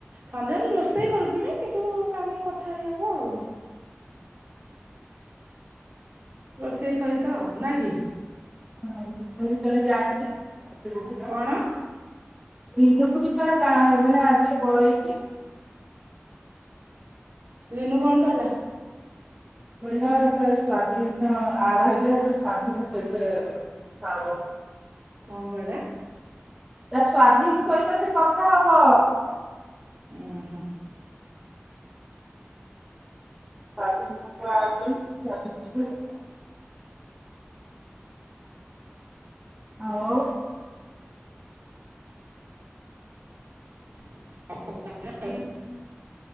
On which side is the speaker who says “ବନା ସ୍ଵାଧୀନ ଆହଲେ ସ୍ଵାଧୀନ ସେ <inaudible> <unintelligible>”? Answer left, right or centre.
Centre